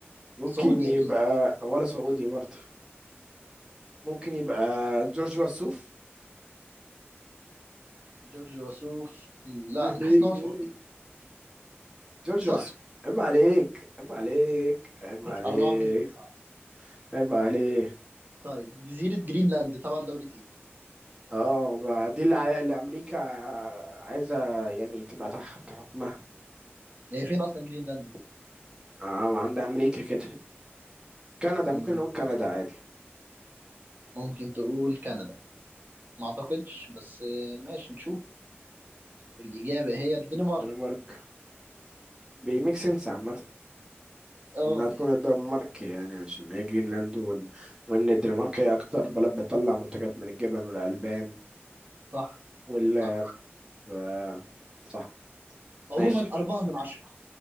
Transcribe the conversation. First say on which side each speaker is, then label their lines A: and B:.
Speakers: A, on the right; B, on the right.
A: ممكن
B: سعودي
A: يبقى
B: اكيد
A: ولا سعودي برضه ممكن يبقى جورج وسوف
B: جورج الوسوف مم، لا
A: <laughs>
B: انا حاسس ان هو سعودي
A: جورج
B: صح؟
A: وسوف عيب عليك عيب عليك عيب عليك
B: 4 من 9
A: عيب عليك
B: طيب جزيرة جرينلاند تبع دولة ايه؟
A: اه بقى دي اللي ع- اللي امريكا عايزه يعني تبقى تحت حكمها
B: هي فين اصلا جرينلاند دي؟
A: آه، عند امريكا كده كندا
B: مم،
A: ممكن نقول كندا عادي
B: ممكن تقول كندا ما اعتقدش بس آه، ماشي نشوف الإجابة هي الدنمارك
A: دنمارك بيميك سنس عامة
B: اه
A: انها تكون
B: يعني
A: الدنمارك يعني عشان هي جرينلاند وال... وان الدنمارك هي اكتر بلد بتطلع منتجات من الجبن والالبان
B: صح
A: وال
B: صح
A: ف... صح
B: عموما
A: ماشي
B: أربعة من عشرة